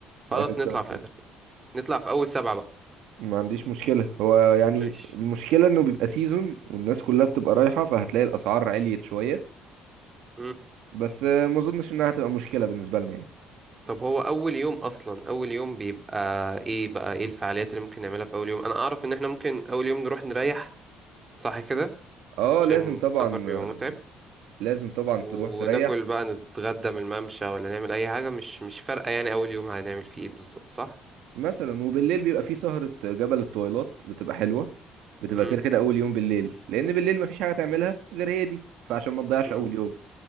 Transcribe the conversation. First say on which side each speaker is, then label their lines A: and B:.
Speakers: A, on the right; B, on the right.
A: في
B: خلاص
A: آخر شهر
B: نطلع في اخر ستة. نطلع في اول سبعة بقى
A: ما عنديش مشكلة هو يعني
B: ماشي
A: المشكلة انه بيبقى سيزون والناس كلها بتبقى رايحة فهتلاقي الاسعار عليت شوية
B: مم.
A: بس آه، ما اظنش انها هتبقى مشكلة بالنسبة لنا يعني
B: طب هو اول يوم اصلا اول يوم بيبقى ايه بقى ايه الفعاليات اللي ممكن نعملها في اول يوم انا اعرف ان احنا ممكن اول يوم نروح نريح صح كده
A: اه
B: عشان
A: لازم طبعا
B: السفر بيبقى
A: آه،
B: متعب
A: لازم طبعا
B: وناكل
A: تروح تريح
B: بقى نتغدى من الممشى ولا نعمل اي حاجة مش مش فارقة يعني اول يوم هنعمل فيه ايه بالظبط صح
A: مثلا وبالليل بيبقى في سهرة جبل الطويلات بتبقى حلوة بتبقى
B: مم.
A: كده كده اول يوم بالليل لان بالليل مفيش حاجة تعملها غير هي دي فعشان ما تضيعش
B: مم.
A: اول يوم